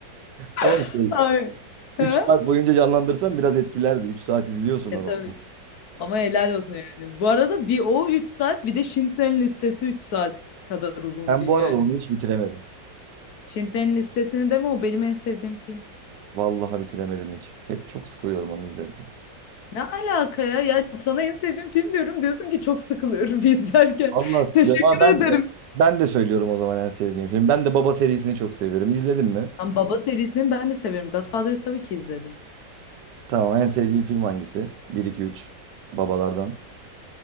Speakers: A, on the right (about 75°); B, on the left (about 65°).
A: Ama
B: <laughs>
A: şey,
B: Hayır. ha
A: 3 saat boyunca canlandırsan biraz etkilerdi. üç saat izliyorsun
B: E
A: onu.
B: tabii. Ama helal olsun yani. Bu arada bir o 3 saat bir de Schindler'in Listesi 3 saat kadar uzun
A: Ben
B: film
A: bu arada
B: yani.
A: onu hiç bitiremedim.
B: Schindler'in Listesi'ni deme o benim en sevdiğim film.
A: Vallahi bitiremedim hiç. Hep çok sıkılıyorum onu izlerken.
B: Ne alaka ya? Ya sana en sevdiğim film diyorum diyorsun ki çok sıkılıyorum <laughs> izlerken.
A: Allah
B: <laughs> Teşekkür
A: ya ben
B: ederim.
A: de ben de söylüyorum o zaman en sevdiğim film. Ben de Baba serisini çok seviyorum. İzledin mi?
B: Lan Baba serisini ben de severim. Godfather'ı tabii ki izledim.
A: Tamam en sevdiğim film hangisi? Bir iki üç Babalardan.